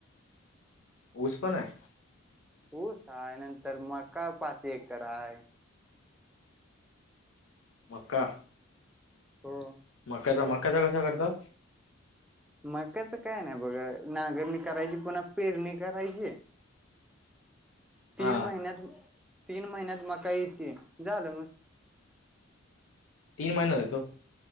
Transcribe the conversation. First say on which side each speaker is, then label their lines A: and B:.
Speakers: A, on the left; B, in the centre.
A: ऊस पण आहे
B: ऊस आहे नंतर मका पाच एकर आहे
A: मक्का
B: हो
A: त्याच्या मकाचा कसा काढतात
B: मकाच काय नाही बघा नांगरणी करायची पुन्हा पेरणी करायची तीन
A: हा
B: महिन्यात तीन महिन्यात मका येते झालं मग
A: तीन महिन्यात येतो